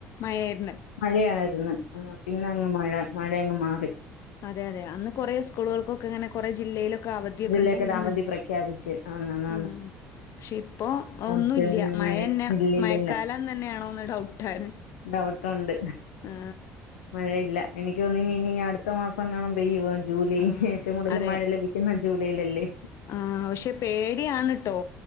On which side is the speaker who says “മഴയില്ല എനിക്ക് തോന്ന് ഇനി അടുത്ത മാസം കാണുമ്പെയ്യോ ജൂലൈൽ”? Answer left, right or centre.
Left